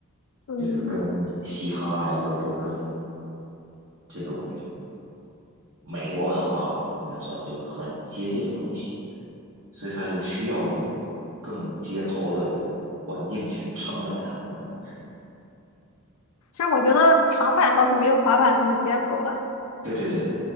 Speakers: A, on the left; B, on the right.
A: 嗯，
B: 就是跟嘻哈呀，或者说跟这种。美国文化吧，应该算就是很接近的东西，所以它就需要一种更街头的环境去承载它。嗯
A: 其实我觉得长板倒是没有滑板那么街头了，
B: 对对对对